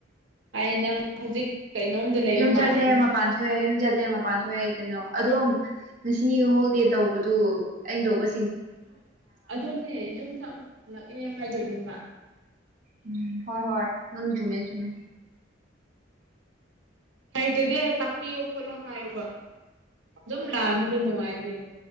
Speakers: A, on the right (about 75°); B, on the right (about 40°).
A: ꯍꯥꯏꯗꯤ ꯅꯪ ꯍꯧꯖꯤꯛ ꯀꯩꯅꯣꯝꯗꯤ ꯂꯩꯕ
B: ꯌꯨꯝ ꯆꯠꯂꯦ
A: ꯃꯥꯜꯂꯦꯗꯅ
B: ꯃꯄꯥꯟ ꯊꯣꯛꯑꯦ ꯌꯨꯝ ꯆꯠꯂꯦ ꯃꯄꯥꯟ ꯊꯣꯛꯑꯦ ꯀꯩꯅꯣ ꯑꯗꯨꯝ ꯉꯁꯤ ꯍꯣꯜꯗꯦ ꯇꯧꯕꯗꯨ ꯑꯩꯅ ꯇꯧꯕ
A: ꯑꯗꯨꯅꯦ ꯌꯨꯝꯗ ꯑꯃꯨꯛ ꯍꯜꯂꯛꯑꯦ ꯍꯥꯏꯗꯣꯏꯅꯦꯕ
B: ꯎꯝ ꯍꯣꯏ ꯍꯣꯏ ꯅꯪ ꯆꯨꯝꯃꯦ ꯆꯨꯨꯝꯃꯦ
A: ꯍꯩꯇꯗꯤ ꯇꯥꯛꯄꯤꯌꯣ ꯈꯣꯠꯂꯣ ꯍꯥꯏꯌꯣꯕ ꯑꯗꯨꯝ ꯂꯥꯟꯕꯗꯣ ꯅꯨꯡꯉꯥꯏꯗꯦꯕ